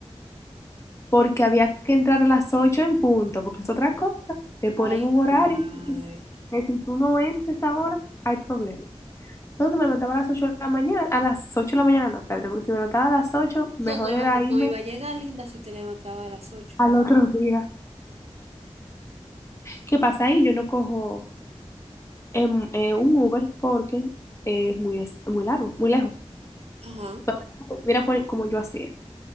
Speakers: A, on the left; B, on the right.
A: porque había que entrar a las 8 en punto, porque es otra cosa. Te ponen
B: Ay,
A: un horario,
B: padre.
A: que si tú no entres ahora, hay problema. Entonces me levantaba a las 8 de la mañana, a las 8 de la mañana no, espérate, porque si me levantaba a las 8 mejor
B: No, no iba,
A: era irme
B: no iba a llegar, linda, si te levantaba a las ocho
A: al otro día. ¿Qué pasa ahí? Yo no cojo em, eh, un Uber porque es muy, es- muy largo, muy lejos.
B: Ajá.
A: Pero mira cuál- cómo yo hacía.